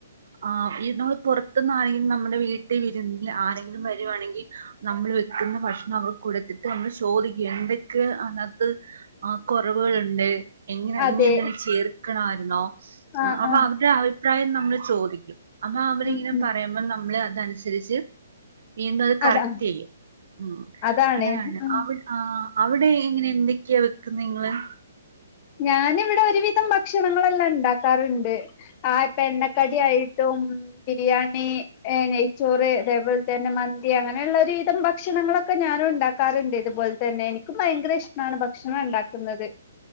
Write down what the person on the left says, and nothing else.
അതെ
ആഹ്
ആഹ്
ഉം ഉം
അതാ
അതാണ്
ഉം
ഞാനിവിടെ ഒരുവിധം ഭക്ഷണങ്ങളെല്ലാം ഇണ്ടാക്കാറുണ്ട് ആ ഇപ്പൊ എണ്ണക്കടി ആയിട്ടും ബിരിയാണി നെയ്ച്ചോറ് തേപോലെ തന്നെ മന്തി അങ്ങനെയുള്ള ഒരുവിധം ഭക്ഷണങ്ങളൊക്കെ ഞാനും ഉണ്ടാക്കാറുണ്ട്. ഇതുപോലെ തന്നെ എനിക്കും ഭയങ്കര ഇഷ്ടമാണ് ഭക്ഷണം ഇണ്ടാക്കുന്നത്